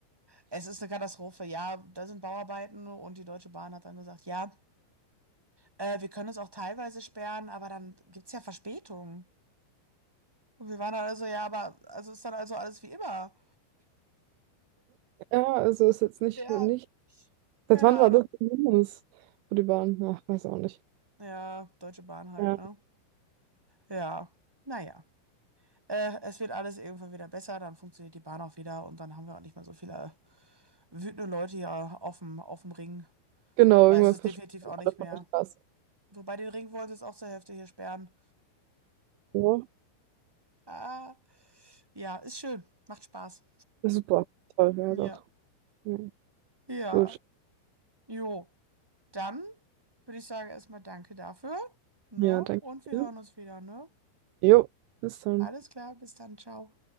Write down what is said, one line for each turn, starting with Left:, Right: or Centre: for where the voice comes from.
Centre: Es ist eine Katastrophe, ja, da sind Bauarbeiten und die Deutsche Bahn hat dann gesagt, ja, äh, wir können es auch teilweise sperren, aber dann gibt es ja Verspätungen. Und wir waren dann also, ja, aber also ist dann also alles wie immer.
Right: Ja, also ist jetzt nicht,
Centre: Ja,
Right: nicht.
Centre: keine
Right: Seit wann
Centre: Ahnung.
Right: war das ein Hindernis für die Bahn? Ach, weiß auch nicht.
Centre: Ja, Deutsche Bahn halt,
Right: Ja.
Centre: ne? Ja, naja. Äh, es wird alles irgendwann wieder besser, dann funktioniert die Bahn auch wieder und dann haben wir auch nicht mehr so viele wütende Leute hier auf dem, auf dem Ring,
Right: Genau,
Centre: weil
Right: irgendwann
Centre: es ist
Right: verschwinden
Centre: definitiv auch nicht
Right: alle
Centre: mehr.
Right: von der Straße.
Centre: Wobei den Ring wollen sie jetzt auch zur Hälfte hier sperren.
Right: Ja,
Centre: Ah, ja, ist schön, macht Spaß.
Right: super. Toll, ja,
Centre: Ja,
Right: doch. Ja,
Centre: ja.
Right: gut.
Centre: Jo, dann würde ich sagen erstmal danke dafür, ne?
Right: Ja, danke
Centre: Und wir
Right: dir.
Centre: hören uns wieder, ne?
Right: Jo, bis dann.
Centre: Alles klar, bis dann, ciao.